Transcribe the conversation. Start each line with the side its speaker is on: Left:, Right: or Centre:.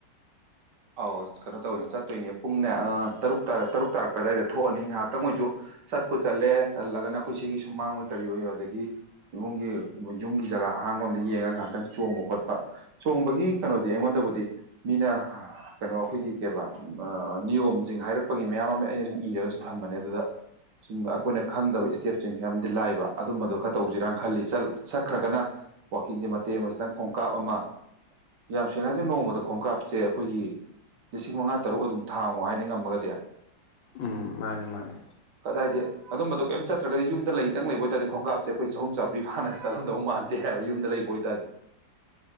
Right: ꯑꯧ ꯀꯩꯅꯣ ꯇꯧꯋꯦ ꯆꯠꯇꯣꯏꯅꯦ ꯄꯨꯡꯅꯦ ꯑ ꯇꯔꯨꯛ ꯇꯔꯨꯛ ꯇꯥꯔꯛꯄ ꯑꯗꯨꯋꯥꯏꯗ ꯊꯣꯛꯑꯅꯤ ꯉꯥꯏꯍꯥꯛꯇꯪ ꯑꯣꯏꯖꯨ ꯆꯠꯄꯨ ꯆꯠꯂꯦ ꯇꯜꯂꯒꯅ ꯑꯩꯈꯣꯏ ꯁꯤꯒꯤ ꯁꯨꯃꯥꯡ ꯑꯣꯏ ꯀꯔꯤ ꯑꯣꯏ ꯑꯗꯒꯤ ꯏꯃꯨꯡꯒꯤ ꯌꯨꯝꯒꯤ ꯖꯒꯥ ꯑꯍꯥꯡꯕꯝꯗ ꯌꯦꯡꯉꯒ ꯉꯥꯏꯍꯥꯛꯇꯪ ꯆꯣꯡꯕ ꯈꯣꯠꯄ ꯆꯣꯡꯕꯒꯤ ꯀꯩꯅꯣꯗꯤ ꯑꯩꯉꯣꯟꯗꯕꯨꯗꯤ ꯃꯤꯅ ꯀꯩꯅꯣ ꯑꯩꯈꯣꯏꯒꯤ ꯀꯩꯕꯥ ꯅꯤꯌꯣꯝꯁꯤꯡ ꯍꯥꯏꯔꯛꯄꯒꯤ ꯃꯌꯥꯝ ꯑꯃ ꯑꯩꯅ ꯁꯨꯝ ꯏꯔꯒꯁꯨ ꯊꯝꯕꯅꯦ ꯑꯗꯨꯗ ꯁꯨꯝꯕ ꯑꯩꯈꯣꯏꯅ ꯈꯪꯗꯕ ꯏꯁꯇꯦꯞꯁꯤꯡ ꯌꯥꯝꯗꯤ ꯂꯥꯏꯕ ꯑꯗꯨꯝꯕꯗꯣ ꯈꯔ ꯇꯧꯖꯤꯔꯥꯅ ꯈꯜꯂꯤ ꯆꯠꯈ꯭ꯔꯒꯅ ꯋꯥꯀꯤꯡꯁꯦ ꯃꯇꯦꯛ ꯑꯃ ꯈꯣꯡꯀꯥꯞ ꯑꯃ ꯌꯥꯝ ꯁꯦꯡꯅ ꯍꯥꯏꯔꯗꯤ ꯅꯣꯡꯃꯗ ꯈꯣꯡꯀꯥꯞꯁꯦ ꯑꯩꯈꯣꯏꯒꯤ ꯂꯤꯁꯤꯡ ꯃꯉꯥ ꯇꯔꯨꯛ ꯑꯗꯨꯝ ꯊꯥꯡꯉꯣ ꯍꯥꯏꯅꯤ ꯉꯝꯃꯒꯗꯤ
Left: ꯎꯝ ꯃꯥꯅꯦ ꯃꯥꯅꯦ
Right: ꯀꯗꯥꯏꯗꯤ ꯑꯗꯨꯝꯕꯗꯣ ꯀꯩꯝ ꯆꯠꯇ꯭ꯔꯒꯗꯤ ꯌꯨꯝꯗ ꯂꯩꯗꯪ ꯂꯩꯕ ꯑꯣꯏꯇꯔꯗꯤ ꯈꯣꯡꯀꯞꯁꯦ ꯑꯩꯈꯣꯏ ꯆꯍꯨꯝ ꯆꯥꯝꯔꯤ ꯐꯥꯅ ꯆꯠꯂꯝꯗꯧ ꯃꯥꯟꯗꯦ ꯇꯦꯕ ꯌꯨꯝꯗ ꯂꯩꯕ ꯑꯣꯏꯇꯥꯔꯗꯤ